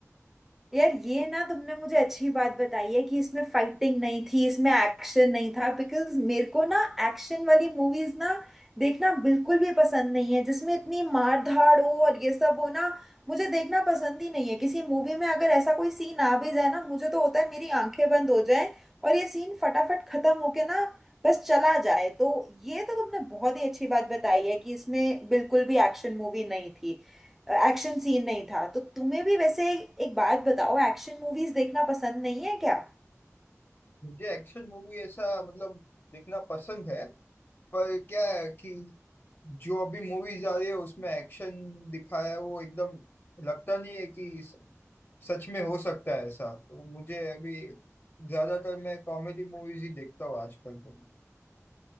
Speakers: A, in the centre; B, on the left.
A: यार ये ना तुमने मुझे अच्छी बात बताई है कि इसमें फाइटिंग नहीं थी इसमें एक्शन नहीं था बिकॉज मेरे को ना एक्शन वाली मूवीज ना देखना बिल्कुल भी पसंद नहीं है जिसमें इतनी मार धाड़ हो और ये सब हो ना मुझे देखना पसंद ही नहीं है किसी मूवी में अगर ऐसा कोई सीन आ भी जाए ना मुझे तो होता है मेरी आंखें बंद हो जाए और ये सीन फटाफट खत्म होके ना बस चला जाए तो ये तो तुमने बहुत ही अच्छी बात बताई है कि इसमें बिल्कुल भी एक्शन मूवी नहीं थी एक्शन सीन नहीं था तो तुम्हें भी वैसे एक बात बताओ एक्शन मूवीज देखना पसंद नहीं है क्या
B: मुझे एक्शन मूवी ऐसा मतलब देखना पसंद है पर क्या है कि जो अभी मूवीज आ रही है उसमें एक्शन दिखाया है वो एकदम लगता नहीं है कि स- सच में हो सकता है ऐसा तो मुझे अभी ज्यादातर मैं कॉमेडी मूवीज ही देखता हूँ आजकल तो